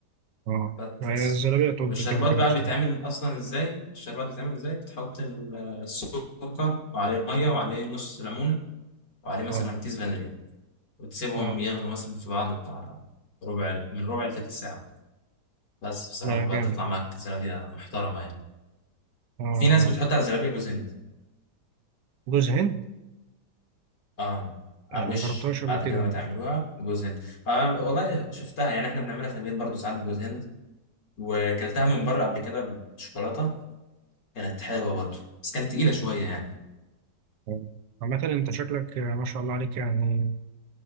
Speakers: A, on the right; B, on the left.
A: اه
B: بس
A: هي الزلابية طب
B: والشربات
A: كده كده
B: بقى
A: بصراحة
B: بيتعمل اصلا ازاي الشربات بيتعمل ازاي بتحط ال- السكر وعليه ميه وعليه نص ليمونه وعليه مثلا
A: اه
B: كيس فانيليا وتسيبهم
A: اه
B: يغلوا مثلا في بعض بتاع ربع من ربع لتلت ساعه بس بصراحه
A: لا جامد
B: بقى تطلع معاك زلابيه محترمه يعني
A: اه
B: في ناس
A: اه
B: بتحط على الزلابيه جوز هند
A: جوز هند
B: اه على
A: آه،
B: الوش
A: ما جربتهاش قبل
B: بعد
A: كده
B: كده ما تعملوها جوز هند آه والله شفتها يعني احنا بنعملها في البيت برضو ساعات بجوز هند وكلتها من بره قبل كده بالشوكولاته كانت حلوه برضو بس كانت تقيله شويه يعني
A: آه. عامة انت شكلك آه، ما شاء الله عليك يعني